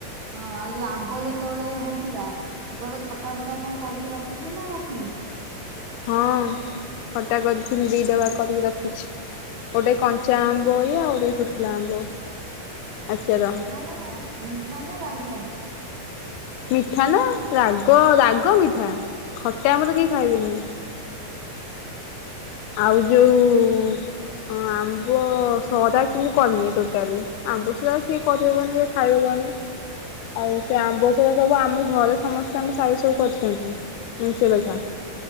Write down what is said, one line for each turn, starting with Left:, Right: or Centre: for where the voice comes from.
Right: ହଁ ଆଉ ଯୋଉ ଆମ୍ବ ଯେତେବେଳେ ହଉଥିଲା ସେତେବେଳେ ଖଟା ଫଟା କଣ କରିକି ରଖିଛୁ ନା ରଖିନୁ।
Left: ହଁ ଖଟା ଗଜଥିଲ ଦିଇ ଡବା କରିକି ରଖିଛି। ଗୋଟେ କଞ୍ଚା ଆମ୍ବ ୟା ଗୋଟେ ସୁୁଖିଲା ଆମ୍ବ। ଆଚାର
Right: ହ ମିଠା ନା ମିଠା ନ ରାଗ।
Left: ମିଠା ନା ରାଗ ରାଗ ମିଠା ଖଟା ମୁ ତ କିହି ଖାଇବେନି।
Right: ହଁ।
Left: ଆଉ ଯୋଉ ଆମ୍ବ ଶହଟାକ ମୁଁ କରିନିଏ ଟୋଟାଲି। ଆମ୍ୱ ସରା ଆଉ କିଏ କରିବ କଅନି କିଏ ଖାଇବ କଅନି? ଆଉ ସେ ଆମ୍ବ ସରା ସବୁ ଆମ ଘରେ ସମସ୍ତେ ଆମ ଶାଇରେ ସବୁ କରିଛନ୍ତି। ନିଞ୍ଚଲଛା